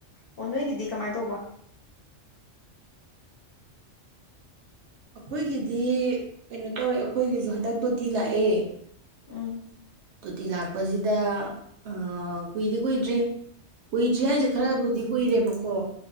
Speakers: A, on the left; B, on the right.
A: ꯑꯣ ꯅꯣꯏꯒꯤꯗꯤ ꯀꯃꯥꯏꯅ ꯇꯧꯕ
B: ꯑꯩꯈꯣꯏꯒꯤꯗꯤ ꯀꯩꯅꯣ ꯇꯧꯋꯦ ꯑꯩꯈꯣꯏꯒꯤꯁꯨ ꯍꯟꯗꯛ ꯇꯣꯇꯤ ꯂꯥꯛꯑꯦ
A: ꯎꯝ
B: ꯇꯣꯇꯤ ꯂꯥꯛꯄꯁꯤꯗ ꯑ ꯀꯨꯏꯗꯤ ꯀꯨꯏꯗ꯭ꯔꯤ ꯀꯨꯏꯗ꯭ꯔꯤ
A: ꯎꯝ
B: ꯍꯥꯏꯁꯦ ꯈꯔꯕꯨꯗꯤ ꯀꯨꯏꯔꯦꯕꯀꯣ